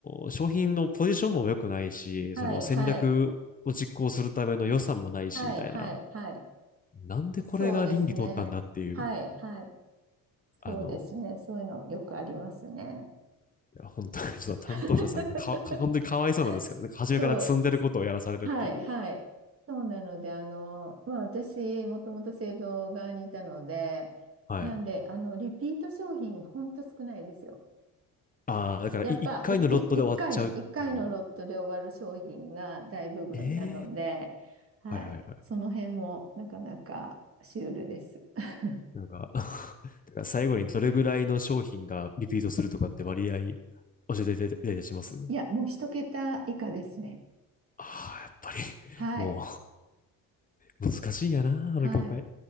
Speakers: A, on the left; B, on the right.
A: の、商品のポジションも良くないし、
B: はい、
A: その戦略を実行するための予算もないし、
B: はい、はい、
A: みたいな。
B: はい、はい、
A: なんでこれが倫理通ったんだっていう、
B: そうですね。はい、はい、
A: あの、
B: そうですね。そういうのよくありますね。
A: いや本当にちょっと担当者さんがか、
B: <laughs>
A: か本当にかわいそうなんですけどね、なんか初めから積んでることをやらされるっていう。
B: そう、はい、はい。そうなので、あの、まあ、私、もともと製造側にいたので、
A: はい。
B: なんで、あの、リピート商品、ほんと少ないですよ。
A: ああ、だからい一回のロットで終わっちゃうっていう。
B: やっぱ、い、い、一回の、一回のロットで終わる商品が大部分なので、
A: ええ
B: はい。
A: はいはいはい。
B: その辺もなかなかシュールです。<laughs>
A: なんか <laughs> てか最後にどれぐらいの商品がリピートするとかって割合教えていただいたりします
B: いや、もう一桁以下ですね。
A: あ <laughs> あー、やっぱり、
B: はい。
A: もう、難しいんやな、
B: はい。
A: あの業界。